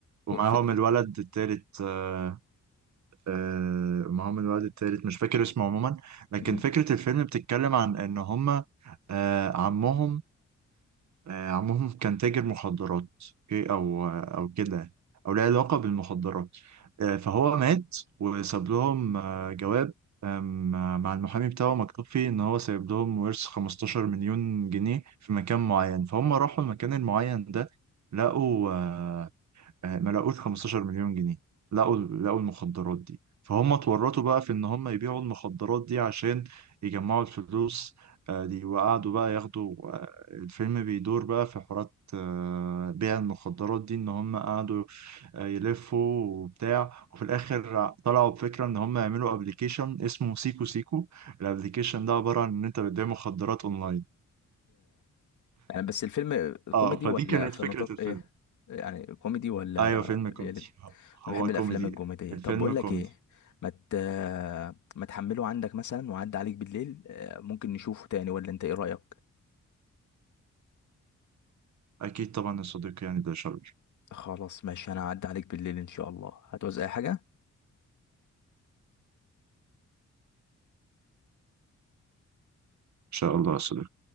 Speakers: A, on the right; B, on the left.
A: ومعاهم
B: وفكر
A: الولد التالت آه، آه، معاهم الولد التالت مش فاكر اسمه عموما لكن
B: امم
A: فكرة الفيلم بتتكلم عن ان هما آه، عمهم آه، عمهم كان تاجر مخدرات أوكي، او او كده او له علاقة بالمخدرات آه، فهو مات وساب لهم آه، جواب آم، مع المحامي بتاعه مكتوب فيه ان هو سايب لهم ورث 15 مليون جنيه في مكان معين فهم راحوا المكان المعين ده لقوا آه، آه، ما لقوش 15 مليون جنيه لقوا لقوا المخدرات دي فهم اتورطوا بقى في ان هم يبيعوا المخدرات دي عشان يجمعوا الفلوس آه، دي وقعدوا بقى ياخدوا آه، الفيلم بيدور بقى في حوارات آه، بيع المخدرات دي ان هم قعدوا آه، يلفوا وبتاع وفي الاخر طلعوا بفكرة ان هم يعملوا ابلكيشن اسمه سيكو سيكو الابلكيشن ده عبارة عن ان انت بتبيع مخدرات اونلاين
B: يعني بس الفيلم
A: اه
B: كوميدي
A: فدي
B: ولا
A: كانت
B: في
A: فكرة
B: نطاق
A: الفيلم
B: ايه يعني كوميدي ولا
A: ايوه فيلم كوميدي
B: بيقلب انا
A: هو
B: بحب الافلام
A: كوميدي
B: الكوميديه
A: الفيلم
B: طب بقول
A: كوميدي
B: لك ايه ما مت... ما تحمله عندك مثلا وعدى عليك بالليل آه، ممكن نشوفه تاني ولا انت ايه رايك
A: أكيد طبعا يا صديقي يعني ده شرف إن
B: خلاص ماشي انا هعدي عليك بالليل ان شاء الله هتعوز اي حاجه
A: شاء الله يا صديقي